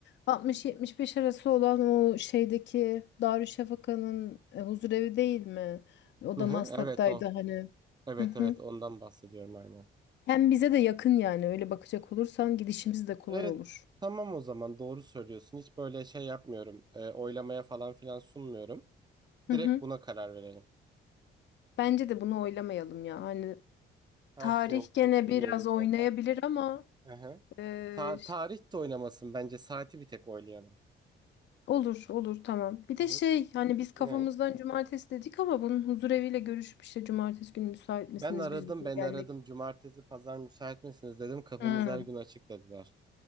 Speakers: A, on the left; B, on the right.
A: altmış yetmiş beş arası olan o şeydeki Darüşşafaka'nın e, huzurevi değil mi? O
B: Hı
A: da
B: hı.
A: Maslak'taydı
B: Evet o.
A: hani.
B: Evet
A: Hı hı.
B: evet ondan bahsediyorum aynen.
A: Hem bize de yakın yani öyle bakacak olursan gidişimiz de kolay
B: Evet.
A: olur.
B: Tamam o zaman doğru söylüyorsun. Hiç böyle şey yapmıyorum. E, oylamaya falan filan sunmuyorum.
A: Hı
B: Direkt
A: hı.
B: buna karar verelim.
A: Bence de bunu oylamayalım ya. Hani
B: Her
A: Tarih
B: şeye okuyup
A: gene
B: duruyoruz
A: biraz oynayabilir
B: zaten.
A: ama
B: Hı hı.
A: eee,
B: Ta- tarih de oynamasın bence. Saati bir tek oylayalım.
A: olur olur tamam. Bir
B: Hı
A: de şey
B: hı.
A: hani biz kafamızdan
B: Ne?
A: cumartesi dedik ama bunun huzureviyle görüşüp işte cumartesi günü müsait misiniz
B: Ben aradım
A: biz bugün
B: ben
A: gelmek?
B: aradım. Cumartesi pazar müsait misiniz dedim. Kapımız
A: Hmm,
B: her gün açık dediler.